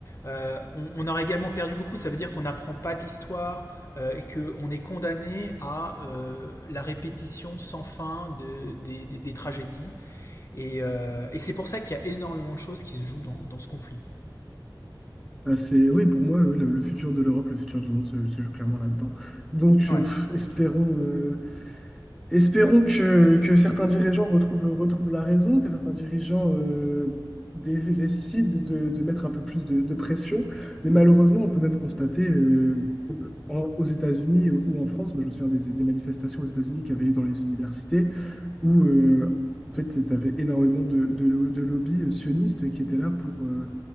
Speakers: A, on the left (about 40°); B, in the centre.
A: euh, on, on aurait également perdu beaucoup. Ça veut dire qu'on n'apprend pas de l'histoire euh, et qu'on est condamné à euh, la répétition sans fin de- des des- des tragédies et, euh, et c'est pour ça qu'il y a énormément de choses qui se jouent dans, dans ce conflit.
B: Ah, c'est, oui, pour moi, oui, le, le futur de l'Europe, le futur du monde se, se joue clairement là-dedans. Donc,
A: Ouais.
B: euh, pff, espérons, euh, espérons que, que certains dirigeants retrouvent, retrouvent la raison, que certains dirigeants euh, dé- décident de, de mettre un peu plus de, de pression. Mais malheureusement, on peut même constater euh, en- aux États-Unis ou en France, moi je me souviens des, des manifestations aux États-Unis qui avaient lieu dans les universités, où euh, en fait, tu avais énormément de, de, lo- de lobbies euh, sionistes qui étaient là pour, euh,